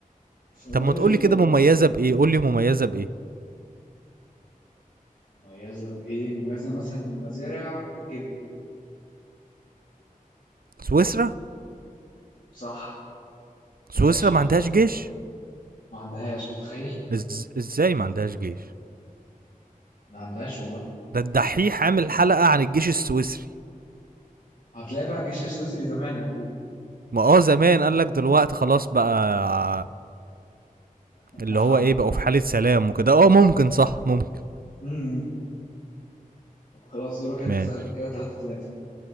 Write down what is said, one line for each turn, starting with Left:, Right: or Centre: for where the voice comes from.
Left: بس ما
Right: طب
Left: تغشش
Right: ما تقولي
Left: برضه
Right: كده مميزة
Left: ها
Right: بإيه؟ قولي مميزة بإيه؟
Left: مميزه بايه مميزه مثلا من المزارع والجبنه
Right: سويسرا؟
Left: صح
Right: سويسرا
Left: ماشي
Right: ما
Left: يا عم
Right: عندهاش جيش؟
Left: ما عندهاش متخيل
Right: إز... ازاي ما عندهاش جيش؟
Left: ما عندهاش والله
Right: ده الدحيح عامل حلقة عن الجيش السويسري
Left: هتلاقي بقى الجيش السويسري زمان اكيد
Right: ما اه زمان قال لك دلوقتي خلاص بقى
Left: احنا
Right: اللي
Left: في
Right: هو
Left: حالنا
Right: ايه بقوا في حالة سلام وكده اه ممكن صح ممكن
Left: امم طب خلاص دورك انت
Right: ماشي
Left: سألني كده ثلاثة ثلاثة